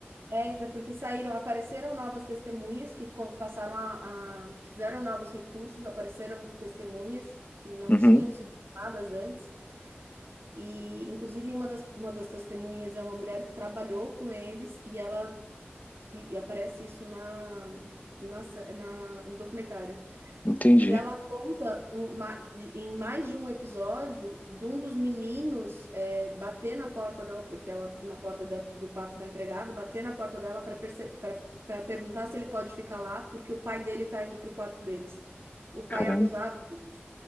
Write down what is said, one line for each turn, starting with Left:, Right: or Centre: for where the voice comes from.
Right: É, é porque saíram, apareceram novas testemunhas que co- passaram a, a- Fizeram novos recursos, apareceram testemunhas que não
Left: Uhum,
Right: tinham sido chamadas antes. E, inclusive, uma das, uma das testemunhas é uma mulher que trabalhou com eles e ela. E, e aparece isso na, na, sé- na- no documentário.
Left: entendi.
Right: que ela conta um- ma- em mais de um episódio de um dos meninos é, bater na porta dela, porque ela, na porta da- do quarto da empregada, bater na porta dela para para perguntar se ele pode ficar lá, porque o pai dele tá indo pro quarto deles. O pai
Left: Caramba.
Right: abusava deles.